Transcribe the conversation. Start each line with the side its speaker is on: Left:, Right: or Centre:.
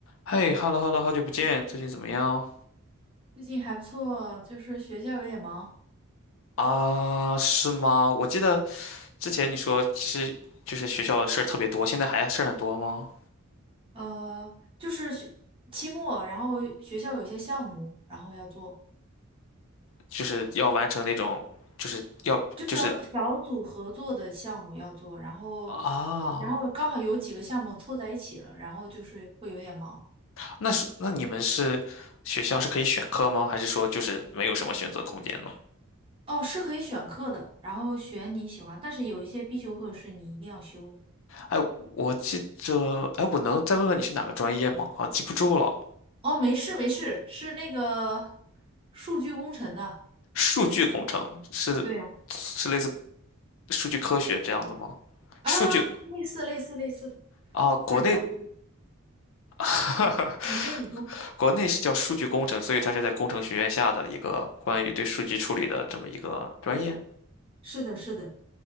Left: 嘿，hello hello，好久不见，最近怎么样？
Right: 最近还不错，就是学校有点忙，
Left: 啊，是吗？我记得之前你说，其实就是学校的事儿特别多，现在还事儿很多吗？
Right: 呃，就是学期末，然后学校有一些项目，然后要做，
Left: 就是要完成那种，就是要就是
Right: 就是小组合作的项目要做，然后，
Left: 啊，
Right: 然后刚好有几个项目凑在一起了，然后就是会有点忙。
Left: 那是那你们是学校是可以选课吗？还是说就是没有什么选择空间呢？
Right: 哦，是可以选课的，然后选你喜欢，但是有一些必修课是你一定要修的。
Left: 哎，我记着，哎，我能再问问你是哪个专业吗？啊，记不住了。
Right: 哦，没事没事，是那个数据工程的。
Left: 数据工程是是类似
Right: 对呀。
Left: 数据科学这样的吗？
Right: 啊，
Left: 数据
Right: 类似类似类似，
Left: 啊，国内
Right: 反正我，
Left: <laughs>。
Right: 你说你说，
Left: 国内是叫数据工程，所以它是在工程学院下的一个关于对数据处理的这么一个专业。
Right: 是的，是的，